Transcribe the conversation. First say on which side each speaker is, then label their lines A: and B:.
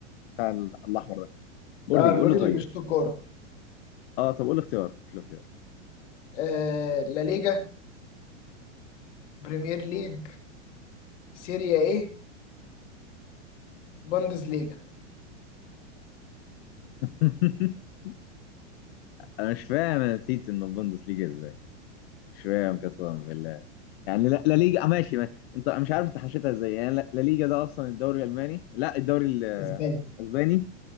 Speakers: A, on the left; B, on the left.
A: بتاع ال- الاحمر ده قول
B: ده
A: لي
B: الراجل
A: قول لي طيب
B: اللي بيشوط كوره
A: اه طب قول لي اختيار قول لي اختيار
B: آه... لا ليجا بريمير ليج سيريا ايه بوندسليجا
A: <laughs> انا مش فاهم انا نسيت انه بوندس ليجا ازاي مش فاهم قسما بالله يعني لا, لا ليجا آه، ماشي ما. انت مش عارف انت حشيتها ازاي يعني لا, لا ليجا ده اصلا الدوري الالماني لا الدوري ال-
B: اسباني
A: الاسباني